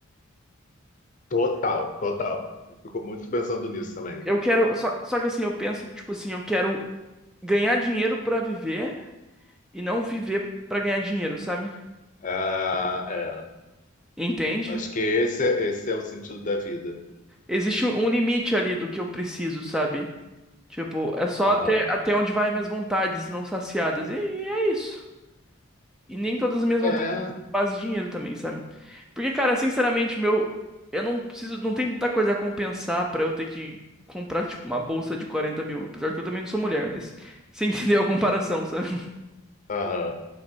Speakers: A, on the left; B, in the centre.
A: Total, total. Eu fico muito pensando nisso também.
B: Eu quero. Só, só que assim, eu penso que, tipo assim, eu quero ganhar dinheiro pra viver e não viver pra ganhar dinheiro, sabe?
A: É, é.
B: Entende?
A: Acho que esse, é- esse é o sentido da vida.
B: Existe um um limite ali do que eu preciso, sabe? Tipo, é só
A: Aham.
B: até, até onde vai minhas vontades não saciadas. E, e é isso. E nem todas as minhas vontades
A: É.
B: fazem dinheiro também, sabe? Porque, cara, sinceramente, meu. Eu não preciso. Não tem tanta coisa a compensar pra eu ter que comprar, tipo, uma bolsa de 40 mil. Apesar de que eu também não sou mulher, mas. <laughs> Você entendeu a comparação, sabe?
A: Aham.